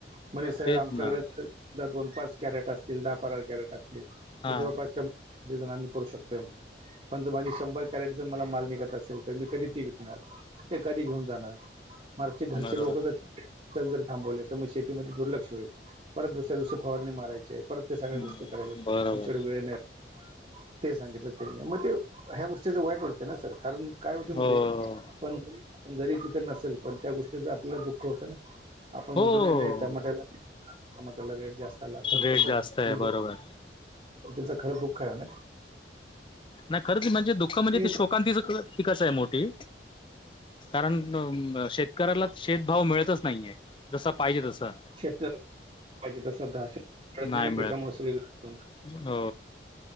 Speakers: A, on the right (about 35°); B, on the left (about 30°).
A: म्हणे सर
B: तेच
A: आमच्याकडे
B: ना
A: दोन पाच कॅरेट असतील दहा पंधरा कॅरेट असतील.
B: हा
A: जवळ पासच्या जण आम्ही करू शकतोय म्हणी. पण जर माझी शंभर कॅरेट जर मला माल निघत असेल तर मी कधी ती विकणार. ते कधी घेऊन जाणार. मागचे घरचे
B: बरोबर
A: लोक जर जर थांबवले तर मग शेतीमध्ये दुर्लक्ष होईल परत दुस तर दुसरी फवारणी मारायचि आहे परत ते सगळ्या
B: हम्म,
A: गोष्टी करायच्या आहेत
B: बरोबर
A: आमच्याकडे वेळ नाही. ते सांगितलं त्यांनी मग ते ह्या गोष्टीच वाईट वाटतं ना सर कारण काय होते माहिती
B: हो
A: आहे पण जरी तिथं नसेल पण त्या गोष्टीच आपल्याला दुःख होतं ना. आपण
B: हो
A: मध्ये नाही नाही टमाट्याला. लगेच जास्त त्याला पण
B: रेट
A: परत
B: जास्त आहे बरोबर
A: त्यांचा दुख आहे ना.
B: नाही खरंच म्हणजे दुख म्हणजे
A: आणि ते
B: शोकांतीच पिकच आहे मोठी. कारण शेतकऱ्याला शेतभाव मिळतच नाहीये जसं पाहिजे तसं.
A: शेत पाहिजे तसं त्याच्यामुळे
B: नाही मिळत
A: सगळे ग.
B: हो